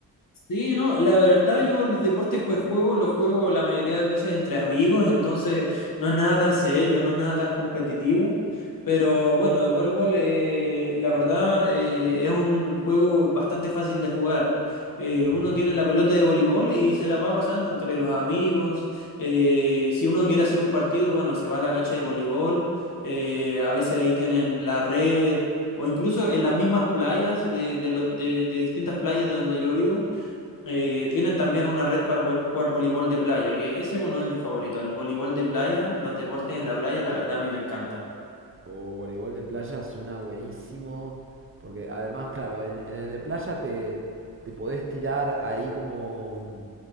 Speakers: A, on the left; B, on the right.
A: Sí, no, la verdad yo los deportes que juego, los juego la mayoría de veces entre amigos, entonces no es nada tan serio, no es nada tan competitivo, pero bueno, el voleibol eh, la verdad eh, es un juego bastante fácil de jugar. Eh, uno
B: Ujú.
A: tiene la pelota de voleibol y se la va pasando entre los amigos. Eh, si uno quiere hacer un partido, bueno, se va a la cancha de voleibol, eh, a veces ahí tienen la red. O incluso en las mismas playas de, de, los- de de distintas playas de donde yo vivo, eh, tienen también una red para poder jugar voleibol de playa, que ese es uno de mis favoritos. El voleibol de playa, los deportes en la playa, la verdad a mí me encantan.
B: O voleibol de playa suena buenísimo, porque además, claro, en, en el de playa te, te podés tirar ahí como... mm,